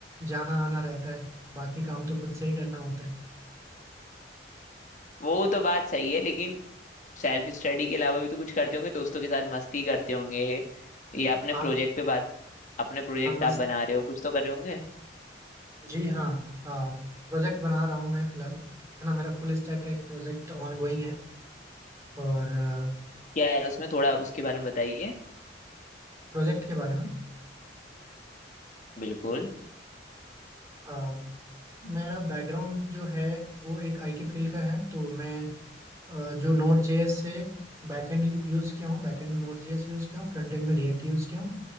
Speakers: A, on the right; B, on the left.
A: जाना आना रहता है बाकी काम तो खुद से ही करना होता है
B: वो तो बात सही है लेकिन सेल्फ स्टडी के अलावा भी तो कुछ करते होंगे दोस्तों के साथ मस्ती करते होंगे या अपने
A: हाँ
B: प्रोजेक्ट पे बात अपने प्रोजेक्ट
A: हाँ मस्त
B: आप बना रहे हो कुछ तो कर रहे होंगे
A: जी हाँ हाँ प्रोजेक्ट बना रहा हूँ मैं फिलहाल है ना मेरा फुल स्टैक का एक प्रोजेक्ट गोइंग है और
B: क्या है उसमें थोड़ा उसके बारे में बताइए
A: प्रोजेक्ट के बारे में
B: बिल्कुल
A: अ, मेरा बैकग्राउंड जो है वो एक आईटी फील्ड का है तो मैं अ, जो नोड जेएस से बैकएंड यूज़ किया हूँ बैकएंड में नोड जेएस यूज़ किया हूँ फ्रंट एंड में रिएक्ट यूज़ किया हूँ